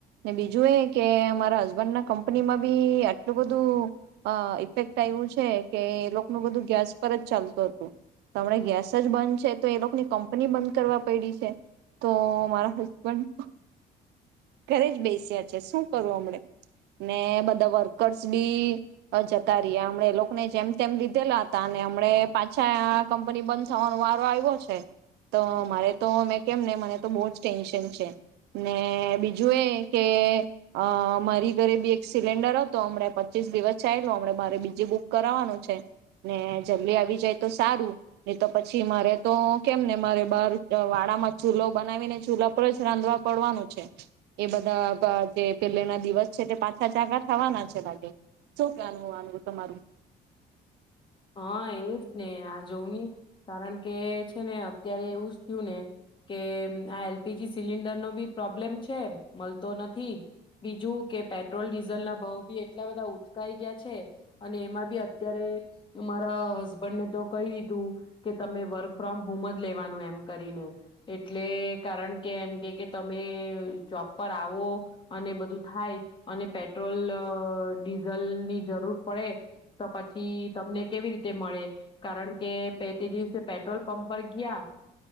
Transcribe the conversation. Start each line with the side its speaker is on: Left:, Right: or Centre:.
Right: ને બીજું એ કે મારા હસબન્ડ ના કંપનીમાં બી આટલું બધું અહ ઇફેક્ટ આવ્યું છે કે એ લોક બધું ગેસ પર જ ચાલતું હતું. હમણે ગેસ જ બંધ છે તો એ લોકોની કંપની બંધ કરવા પડી છે તો અહ મારા હસબન્ડ ઘરે જ બેસ્યા છે શું કરું હમણે ને બધા વર્કર્સ બી અહ જતા રહ્યા એ લોકોને જેમ તેમ લી તેલા હતા અને હમણે પાછા આ કંપની બંધ થવાનો વારો આવ્યો છે તો મારે તો મેં કેમ ને મને તો બહુ જ ટેન્શન છે. ને બીજું એ કે અહ મારી ઘરે બી એક સિલિન્ડર હતો હમણા પચીસ દિવસ ચાલો હમણે મારે બીજ બુક કરાવવાનું છે. ને જલ્દી આવી જાય તો સારું ને તો પછી મારે તો કેમ ને મારે બહાર અહ વાળામાં ચૂલો બનાવીને ચૂલા પર જ રાંધવા પડવાનું છે. એ બધા પ જે પેલે ના દિવસ છે તે પાછા ચકા થવાના છે લાગે શું કહેવાનું આનું તમારું?
Left: હા, એજ ને આ જોવુંની કારણ કે છે ને અત્યારે એવું જ થયું ને કે આ એલ પી જી સિલિન્ડર નો બી પ્રોબ્લેમ છે મળતો નથી બીજું કે પેટ્રોલ ડીઝલ ના ભાવ ભી એટલા બધા ઉચકાઈ ગયા છે અને એમાં બી અત્યારે મારા હસબન્ડને તો કહી દીધું કે તમે વર્ક ફ્રોમ હોમ જ લેવાનું એમ કરીને એટલે કારણ કે એમ કે કે તમે જોબ પર આવો અને બધું થાય અને પેટ્રોલ અહ ડીઝલ ની જરૂર પડે તો પછી તમને કેવી રીતે મળે કારણ કે પે તે દિવસે પેટ્રોલ પંપ પર ગયા